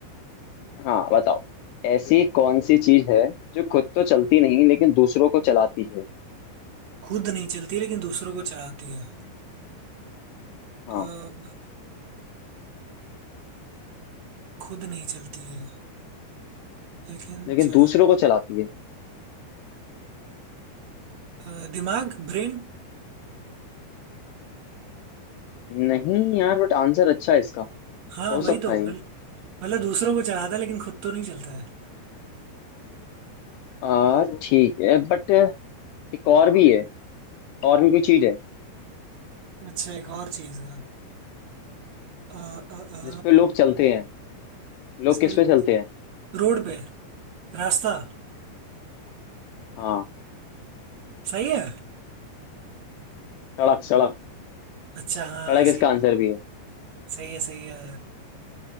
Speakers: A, on the left; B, on the right.
A: हाँ बताओ ऐसी कौन सी चीज है जो खुद तो चलती नहीं लेकिन दूसरों को चलाती है
B: खुद नहीं चलती लेकिन दूसरों को चाहती है
A: हाँ
B: और खुद नहीं चलती है लेकिन
A: लेकिन
B: चला
A: दूसरों को चलाती है
B: अ, दिमाग ब्रेन
A: नहीं यार बट आंसर अच्छा है इसका
B: हाँ
A: हो
B: वही
A: सकता
B: तो
A: है
B: मल-
A: ये
B: मतलब दूसरों को चलाता है लेकिन खुद तो नहीं चलता है
A: आ ठीक है बट एक और भी है और भी कोई चीज है
B: अच्छा एक और चीज है अ, अ, अ,
A: जिसपे लोग चलते हैं लोग
B: इस
A: किस
B: पे
A: पे चलते हैं
B: रोड पे रास्ता
A: हाँ
B: सही है
A: सड़क सड़क
B: अच्छा हाँ
A: सड़क
B: सही
A: इसका आंसर भी है
B: सही है सही है